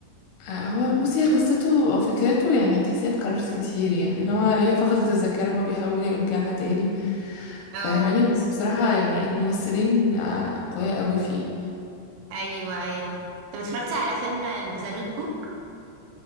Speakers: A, on the left; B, on the right.
A: آه، هو بصي هي قصته او فكرته يعني تحسيها اتكررت كتير يعني لو هي فقدت الذاكرة وهو بيحاول يرجعها تاني
B: آه.
A: فاهماني بس بصراحة يعني الممثلين آه، اقوياء قوي فيه
B: ايوه ايوه طب اتفرجتي على فيلم ذا نوت بوك